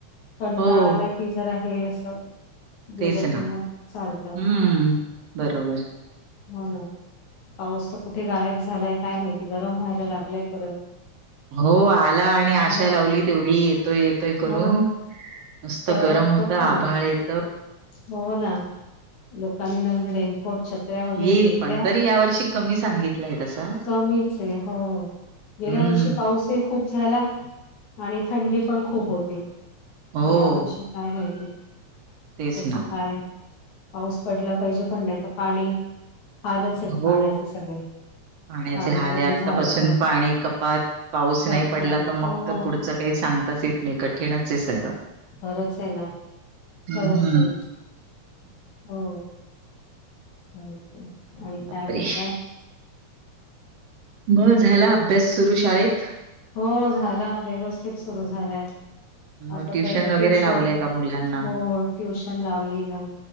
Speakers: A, on the left; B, on the right.
A: कंटाळायला
B: हो,
A: कि जर आहे असं. दिलं
B: तेच ना.
A: किंवा चालत
B: हं, बरोबर.
A: हो ना. पाऊस तर कुठे गायब झालाय काय माहिती गरम व्हायला लागलाय परत
B: हो आला आणि आशा
A: हो
B: लावली तेवढी येतोय येतोय करून
A: हो
B: नुसतं
A: परत
B: गरम होत
A: तर
B: आभाळ
A: नाही
B: येत.
A: हो ना लोकांनी नवीन रेनकोटच्या ल्या वगैरे
B: येईल
A: घेतल्या
B: पण. तरी यावर्षी कमी सांगितलाय तसा.
A: कमीच ये हो गेल्या
B: हं,
A: वर्षी पाऊसही खूप झाला आणि थंडी पण खूप होती
B: हो.
A: या वर्षी काय माहिती
B: तेच
A: कसं
B: ना
A: काय पाऊस पडला पाहिजे पण नाही तर पाणी हालच आहेत
B: हो
A: पाण्याचे सगळे
B: पाण्याचे
A: पाणी
B: हाल
A: कमी
B: आहे आत्तापासून
A: झालं तर
B: पाणी कपात पाऊस
A: कपात
B: नाही पडला त मग
A: हो हो,
B: तर पुढच काही सांगताच येत नाही कठीणच ये सगळं
A: खरंच ये ना
B: हम्म
A: खरंच ये हो आणि काय
B: बापरे
A: म्हणताय
B: मग झाला अभ्यास सुरू शाळेत
A: हो झाला व्यवस्थित सुरू झालाय
B: मग
A: आता तर
B: वगैरे
A: ट्युशन
B: लावलंय का मुलांना?
A: हो ट्युशन लावली ना